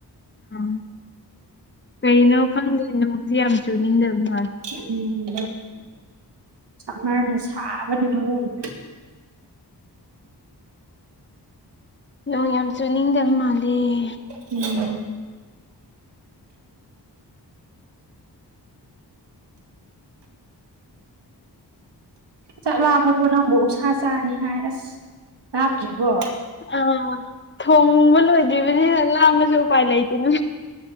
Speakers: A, on the left; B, on the right.
A: ꯑ ꯀꯩꯅꯣ ꯈꯪꯗ‌ꯦ ꯅꯣꯡꯁ‌ꯦ ꯌꯥꯝ ꯆꯨꯅꯤꯡꯗꯕꯅꯤ
B: ꯎꯝ ꯁꯝꯃꯔꯅ ꯁꯥꯕꯅ ꯃꯔꯣꯟ ꯑꯝ
A: ꯅꯣꯡ ꯌꯥꯝ ꯆꯨꯅꯤꯡꯗꯕ ꯃꯥꯥꯜ ꯂ‌‌ꯦ
B: ꯎꯝ ꯆꯥꯛ ꯂꯥꯝꯃꯕ‌ꯣ ꯅꯪꯕꯨ ꯑꯣꯛꯁꯥ ꯆꯥꯅꯤ ꯍꯥꯏ ꯑꯁ ꯂꯥꯝꯗ꯭ꯔꯤꯕꯣ
A: ꯑꯥ ꯊꯣꯡꯕ ꯂꯣꯏꯗ꯭ꯔꯤꯕꯅꯤꯅ ꯂꯥꯝꯃꯁꯨ ꯎꯄꯥꯏ ꯂꯩꯇꯦꯅ